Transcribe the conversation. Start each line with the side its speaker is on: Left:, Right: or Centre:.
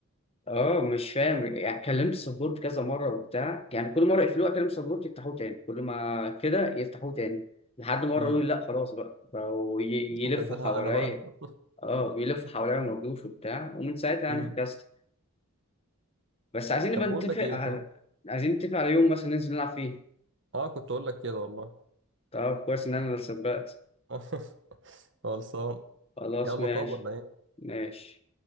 Left: اه مش فاهم يعني كلمت سبورت كذا مره وبتاع يعني كل مره يقفلوه اكلم سبورت يفتحوه تاني كل ما كده يفتحوه تاني لحد مره
Right: امم
Left: يقول لا خلاص بقى بقوا ي- يلفوا
Right: انت زهقنا
Left: حواليا
Right: بقى <laughs>
Left: اه بيلفوا حواليا ما رضوش وبتاع ومن ساعتها يعني
Right: امم
Left: فكست بس عايزين نبقى
Right: طب
Left: نتفق
Right: بقول لك ايه
Left: على
Right: صح
Left: عايزين نتفق على يوم مثلا ننزل نلعب فيه
Right: اه كنت اقول لك كده والله
Left: طب كويس ان انا اللي سبقت
Right: <laughs> خلصان
Left: خلاص
Right: يلا
Left: ماشي
Right: طب ولا ايه
Left: ماشي